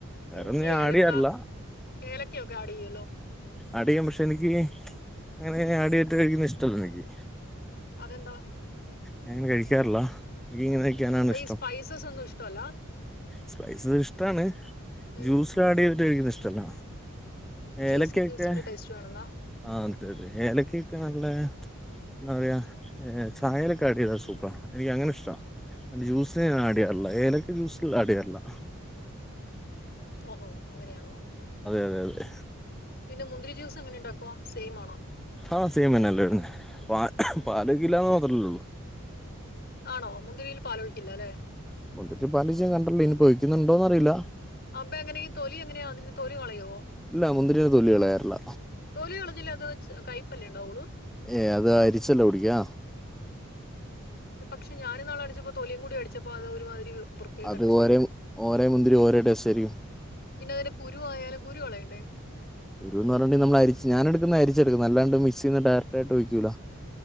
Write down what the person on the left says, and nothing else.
ഇഞ്ചി
ഏലക്ക
ഏലക്ക ഒക്കെ ആഡ് ചെയ്യല്ലോ
അതെന്താ
അപ്പൊ
ഈ സ്പൈസസ് ഒന്നും ഇഷ്ടമല്ല
ഉം
ജ്യൂസിന്
ജ്യൂസിന്റെ ടേസ്റ്റ് വേണമെന്നാ
ഓഹോ അങ്ങനെയാണോ
പിന്നെ മുന്തിരി ജൂസ് എങ്ങനെ ഉണ്ടാക്കുവാ സെയിം ആണോ
ഉം
ഉം.
ആണോ മുന്തിരിയിൽ പാലൊഴിക്കില്ല അല്ലെ
അപ്പ എങ്ങനെ തൊലി എങ്ങനെയാ അതിന്റെ തൊലി കളയുവോ
തൊലി കളിഞ്ഞില്ല അത് കൈ പ്പല്ലേ ഉണ്ടാവുള്ളൂ
പക്ഷെ ഞാനിന്നാള് കാണിച്ചപ്പോ തൊലിയും കൂടെ എടുത് ചപ്പോ അത് ഒരുമാതിരി വൃത്തികെട്ട
ടേസ്റ്റ്
ആയിരുന്നു
പിന്നെ അതിന്റെ കുരു ആയാലും കുരു കളയണ്ടേ